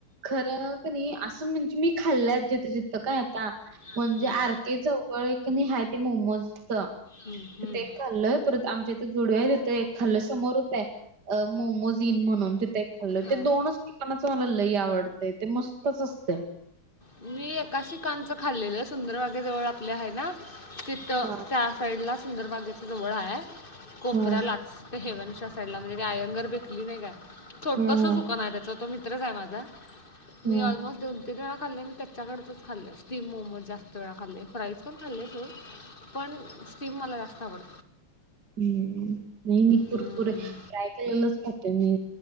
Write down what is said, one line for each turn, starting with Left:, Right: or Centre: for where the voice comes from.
Right: खरं क नाही असं म्हणजे मी खाल्ल्यात जथ काय आता
Left: हम्म,
Right: म्हणजे आर के चौघळ नाही आहे ते मोमोजच
Left: हम्म, हम्म.
Right: तिथ एक खाल्लय परत आमच्या इथे जोडव आहे तिथ एक खाल्लं समोरच आहे मोमोज जन म्हणून तिथे खाल्ल
Left: हां
Right: ते दोनच ठिकाणाच मला लई आवडते ते मस्तच असते
Left: मी एका शिकांचं खाल्लेलं सुंदरवागे जवळ आपल्या आहे ना तिथ
Right: हा
Left: त्या साईड ला सुंदरबागेच जवळ आहे कोपऱ्याला
Right: हा हा.
Left: हेवनच्या साईडला म्हणजे ते आयंगर बेकली नाही काय छोटंस
Right: हा
Left: दुकान आहे त्याच त मी माझ मी
Right: हा.
Left: ऑलमोस्ट दोन तीन वेळा खाल् त्याच्याकडेच खाल्लंय स्टीम मोमोज जास्त वेळा खल्ले फाईज पण खाल्लेय स पण स्टीम मला जास्त आवड
Right: हम्म नाही मी
Left: हम्म.
Right: पुरपूर फ्राय केलेलंच खाते मी